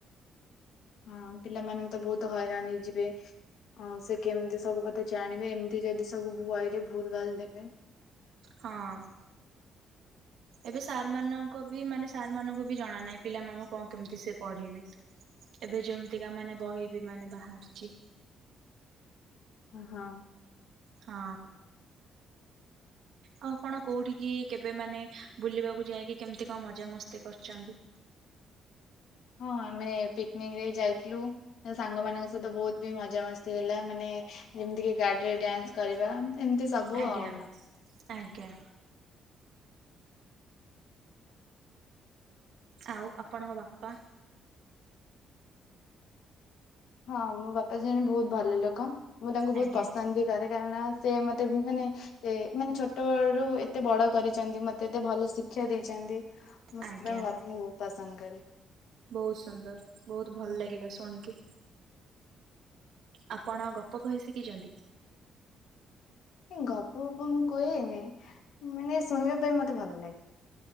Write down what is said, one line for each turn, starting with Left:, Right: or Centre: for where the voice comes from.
Left: ହଁ ପିଲାମାନେ ତ ବହୁତ ହଇରାଣ ହେଇଯିବେ। ହଁ ସେ କେମିତି ସବୁ କଥା ଜାଣିବେ ଏମିତି ଯଦି ସବୁ ବହି ରେ ଭୁଲ ଭାଲ ଦେବେ।
Right: ହଁ। ଏବେ ସାର ମାନଙ୍କ ବି ମାନେ ସାର୍ ମାନଙ୍କୁ ବି ଜଣା ନାହିଁ ପିଲାମାନଙ୍କୁ କଣ କେମତି ସେ ପଢେଇବେ। ଏବେ ଯେମତିକା ମାନେ ବହି ବି ମାନେ ବାହାରିଛି।
Left: ଆଉ।
Right: ହଁ। ଆଉ ଆପଣ କୋଉଠିିକ କି କେବେ ମାନେ ବୁଲିବାକୁ ଯାଇକି କେମତି କଣ ମଜା ମସ୍ତି କରୁଛନ୍ତି।
Left: ହଁ ଆମେ ପିକନିକ ରେ ଯାଇଥିଲୁ। ନିଜ ସାଙ୍ଗ ମାନଙ୍କ ସହିତ ବହୁତ ବି ମଜାମସ୍ତି ହେଲା ମାନେ ଯେମିତି କି ଗାଡିରେ ଡ୍ୟାନ୍ସ କରିବା। ଏମିତି ସବୁ
Right: ଆଜ୍ଞା
Left: ଆଉ।
Right: ଆଜ୍ଞା। ଆଉ ଆପଣଙ୍କ ବାପା?
Left: ହଁ ମୋ ବାପା ଜଣେ ବହୁତ ଭଲ ଲୋକ। ମୁଁ ତାଙ୍କୁ ବହୁତ
Right: ଆଜ୍ଞା
Left: ପସନ୍ଦ ବି କରେ କାରଣ ସେ ମତେ ମାନେ ଏ ମାନେ ଛୋଟ ବଳ ରୁ ଏତେ ବଡ କରିଛନ୍ତି। ମତେ ଏତେ ଭଲ ଶିକ୍ଷା ଦେଇଛନ୍ତି। ମୁଁ
Right: ଆଜ୍ଞା
Left: ସେଥିପାଇ ବାପାଙ୍କୁ ବହୁତ ପସନ୍ଦ କରେ।
Right: ବହୁତ ସୁନ୍ଦର, ବହୁତ ଭଲ ଲାଗିଲା ଶୁଣିକି। ଆପଣ ଗପ କହି ଶିଖିଛନ୍ତି?
Left: ଗପ ଗପ ମୁଁ କୁହେନି। ମାନେ ଶୁଣିବା ପାଇଁ ମତେ ଭଲ ଲାଗେ।